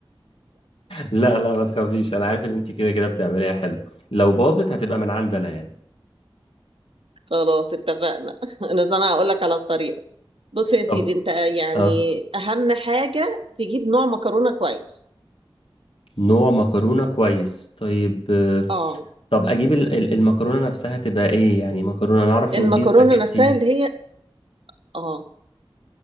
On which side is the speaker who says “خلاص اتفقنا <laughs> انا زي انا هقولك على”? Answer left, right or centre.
Right